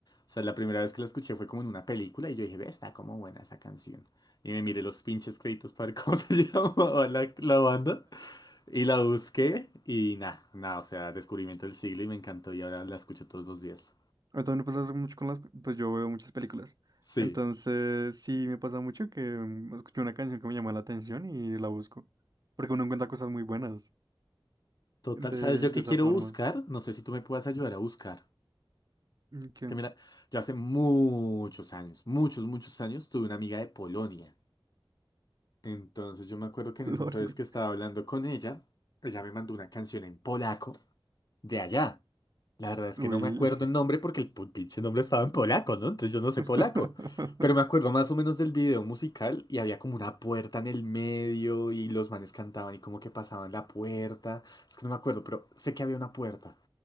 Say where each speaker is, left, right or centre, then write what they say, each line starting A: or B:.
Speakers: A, on the left; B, on the right.
A: O sea, la primera vez que la escuché fue como en una película y yo dije, ve, está como buena esa canción. Y me miré los pinches créditos para ver cómo <laughs> se llamaba la, la banda. Y la busqué y nada, nada, o sea, descubrimiento del siglo y me encantó y ahora la escucho todos los días.
B: A también me pasa eso mucho con las, pues yo veo muchas películas.
A: Sí,
B: Entonces, sí me pasa mucho que mm, escucho una canción que me llama la atención y la busco. Porque uno encuentra cosas muy buenas
A: total.
B: de,
A: ¿Sabes yo
B: de
A: qué
B: esa
A: quiero
B: forma.
A: buscar? No sé si tú me puedas ayudar a buscar.
B: Mm, Qué
A: Es que mira, yo hace muchos años, muchos, muchos años tuve una amiga de Polonia. Entonces yo me acuerdo que en
B: gloria.
A: ese entonces que estaba hablando con ella, ella me mandó una canción en polaco de allá. La verdad es
B: Uy.
A: que no me acuerdo el nombre porque el pu- pinche nombre estaba en polaco, ¿no? Entonces yo no sé
B: <laughs>
A: polaco. Pero me acuerdo más o menos del video musical y había como una puerta en el medio y los manes cantaban y como que pasaban la puerta. Es que no me acuerdo, pero sé que había una puerta.